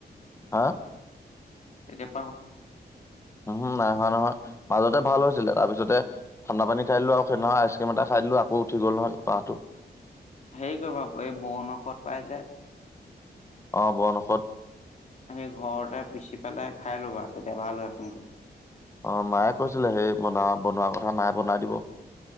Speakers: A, on the left; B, on the left.
A: হা
B: এতিয়া
A: উহো নাইহোৱা নহয় মাজতে ভাল হৈছিলে তাৰপিছতে ঠাণ্ডা পানী খাই দিলো আৰু সেইদিনা আইচক্ৰীম এটা খাই দিলো আকৌ উঠি গল নহয় কাহটো
B: হেৰী কৰি বা এই বনঔষধ পাই যে
A: অ', বন ঔষধ
B: সেই ঘৰতে ই পিচি পেলাই খাই ল'বা, তেতিয়া ভাল হয় সোনকালে
A: অ', মায়ে কৈছিলে সেই বন বনোৱা কথা নাই বনাই দিব